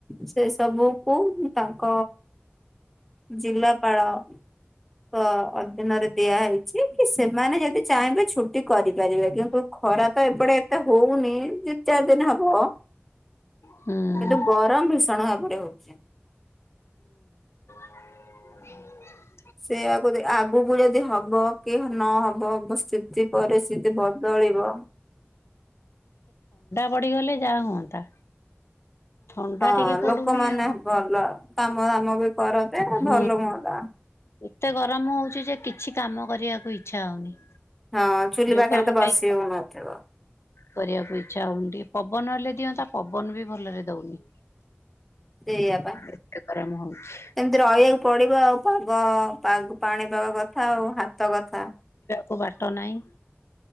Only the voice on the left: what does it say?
ହୁଁ
ହ <inaudible>
ପଡ଼ିଗଲେ ଯାଆ ହୁଅନ୍ତା। ଥଣ୍ଡା
ଟିକେ ପଡୁନି
ଆଉ
ହୁଁ
ଏତେ ଗରମ ହଉଚି ଯେ କିଛି କାମ କରିବାକୁ ଇଚ୍ଛା ହଉନି।
ଯୋଉ
କାମଟା
ଇଚ୍ଛା
କରିବାକୁ ଇଚ୍ଛା ହଉନି ଟିକେ ପବନ ହେଲେ ଦିଅନ୍ତା ପବନ ବି ଭଲରେ ଦଉନି।
ଏତେ ଗରମ ହଉଛି
କୁ ବାଟ ନାଇଁ।